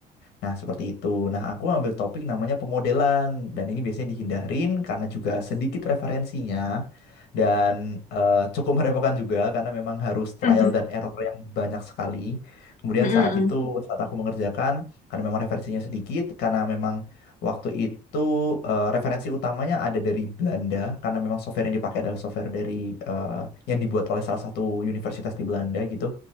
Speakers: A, on the left; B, on the left.
A: Nah, seperti itu. Nah, aku ambil topik namanya pemodelan dan ini biasanya dihindarin karena juga sedikit referensinya dan eh, cukup <laughs> merepotkan juga karena memang harus trial
B: Hmm. <laughs>
A: dan error yang banyak sekali. Kemudian
B: Hmm. Hmm.
A: saat itu saat aku mengerjakan karena memang referensinya sedikit karena memang waktu itu eh, referensi utamanya ada dari Belanda karena memang software yang dipakai adalah software dari eh, yang dibuat oleh salah satu universitas di Belanda gitu,